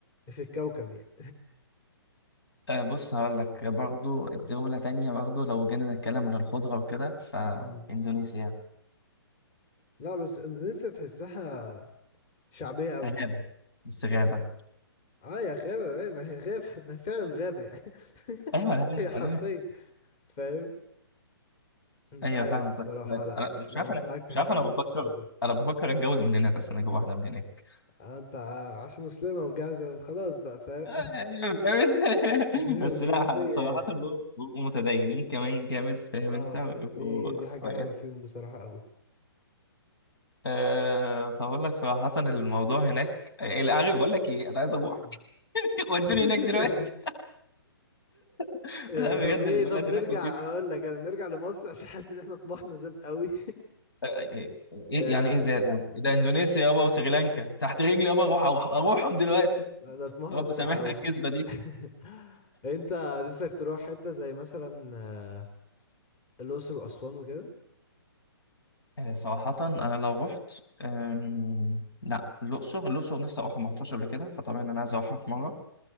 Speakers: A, on the left (about 25°); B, on the left (about 70°).
A: في الكوكب يعني
B: أه بص هقول لك برضه دولة تانية برضه لو جينا نتكلم عن الخضرة وكده فإندونيسيا
A: مم. لا بس إندونيسيا تحسها شعبية أوي
B: غابة بس غابة
A: اه يا غابة ايه ما هي غابة ما هي فعلا غابة يعني
B: ايوه
A: <laughs>
B: انا
A: هي حرفيا فاهم مش
B: ايوه
A: عارف
B: فاهمك
A: بصراحة
B: بس
A: لا
B: انا
A: مش
B: مش
A: ما
B: عارف
A: مش
B: انا
A: معاك في
B: مش
A: حتة
B: عارف انا بفكر
A: الجنسية دي
B: انا بفكر اتجوز من هناك اصلا اجيب واحده من هناك
A: آه، انت ع- عشان مسلمة وجاهزة وخلاص بقى فاهم
B: <laughs>
A: <laughs>
B: بس
A: والجنسية
B: لا صراحه
A: يعني
B: بيبقوا بيبقوا متدينين كمان جامد فاهم
A: اه
B: انت بيبقوا
A: دي دي حاجة
B: كويس
A: حلوة فيهم بصراحة قوي
B: أه فبقول لك صراحه الموضوع هناك إيه، عارف بقول لك ايه انا عايز اروح
A: مم.
B: <laughs> ودوني
A: <laughs>
B: هناك دلوقتي <laughs> لا،
A: آه،
B: بجد
A: طب ايه
B: البلد
A: طب نرجع
B: هناك لطيف
A: اقول لك انا نرجع لمصر عشان حاسس ان احنا طموحنا زاد قوي
B: آه، آه، آه، إيه
A: <laughs>
B: يعني ايه زاد يعني ده اندونيسيا يابا وسريلانكا تحت رجلي يابا اروح اروح اروحهم دلوقتي
A: لا ده طموحنا
B: رب
A: طلع
B: سامحنا
A: قوي
B: على الكذبه دي
A: <laughs> انت نفسك تروح حتة زي مثلا آه، الأقصر وأسوان وكده
B: آه، صراحة أنا لو رحت أم... لا الأقصر الأقصر نفسي أروحها ما رحتهاش قبل كده فطبعا أنا عايز أروحها في مرة